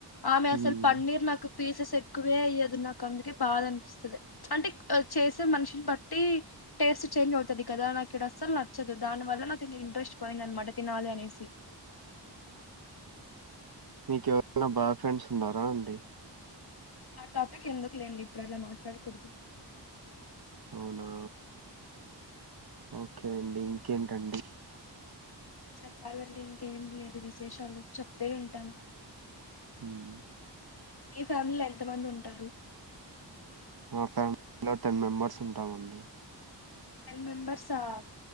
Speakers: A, on the left (about 60°); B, on the right (about 55°).
A: ఆమె అసలు
B: ఉమ్.
A: పన్నీర్ నాకు పీసెస్ ఎక్కువేయ్యదు నాకు అందుకే బాధ అనిపిస్తుంది అంటే చేసే మనిషిని బట్టి టేస్ట్ చేంజ్ అవుతుంది కదా నాకు ఇడా అసలు నచ్చదు దాని వల్ల నాకు తఇంట్రెస్ట్ పోయింది అనమాట తినాలి అనేసి
B: మీక ఎవరనా బాయ్ ఫ్రెండ్స్ ఉన్నారా అండి
A: ఆ టాపిక్ ఎందుకు లేండి ఇప్పుడు అలా మాట్లాడకూడదు
B: అవునా ఓకే అండి ఇంకేంటండి
A: చెప్పాలండి ఇంకేం లేదు విశేషాలు చెప్తే వింటాను
B: హ్మ్
A: మీ ఫ్యామిలీలో ఎంత మంది ఉంటారు
B: మా ఫ్యామిలీలో టెన్ మెంబర్స్ ఉంటామండి
A: టైన్ మెంబర్స్ ఆ